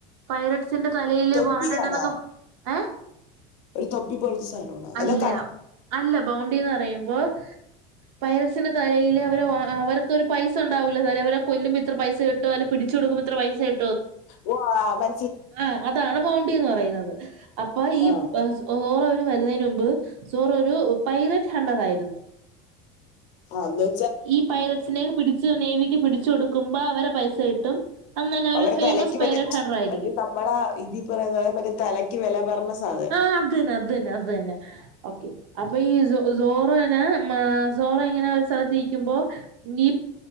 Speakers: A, on the right (about 60°); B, on the left (about 45°).
A: പൈറട്സിന്റെ, തലയില്,
B: തൊപ്പിയാണാ
A: വാണ്ടണ്ട, എന്നൊക്കെ ഏ
B: ഒരു തൊപ്പി പോലത്തെ സാധനമാണ്
A: അല്ല,
B: അതാ കൺ
A: അല്ല, ബൗണ്ടിന്ന്, പറയുമ്പോ പൈറസിന്റെ, തലൈൽ, അവ, അവർക്കൊരു, പൈസ, ഉണ്ടാവുല്ലോ, അവ, കൊല്ലുമ്പോ, ഇത്ര, പൈസ, കിട്ടും, പി ച്ച്, കൊടു ഇത്ര, വയസായി
B: വ്ആ, അവര്
A: ആ അതാണ് ബൗണ്ടിന്ന് പറയുന്നത്. അപ്പൊ ഈ
B: ആ
A: ഒ വരുന്നതിന് മൻപ് സോറ ഒരു പൈററ്റ് ഹണ്ടർ ആയിരുന്നു.
B: ആ ന്ന്
A: ഈ പൈററ്റ്സിനെ പിടിച് നേവിക്ക് പിടിച്ചു കൊടുക്കുമ്പോ അവരെ പൈസ കിട്ടും. അങ്ങനെ
B: അവരെ
A: ഒരു ഫേമസ്
B: തലയ്ക്ക്
A: പൈലറ്റ്
B: മറ്റ
A: ഹണ്ടർ ആയിരിക്കും
B: മറ്റ നമ്മള ഇതി പറയുന്ന മറ്റേ തലക്ക് വില പറരണ സാന
A: ആഹ അതന്നെ അതന്നെ അത് തന്നെ ഓക്കെ. അപ്പൊ ഈ സോറോനെ മ സോറോ എങ്ങനെ ഒരു സ്ഥല നിപോ ഈ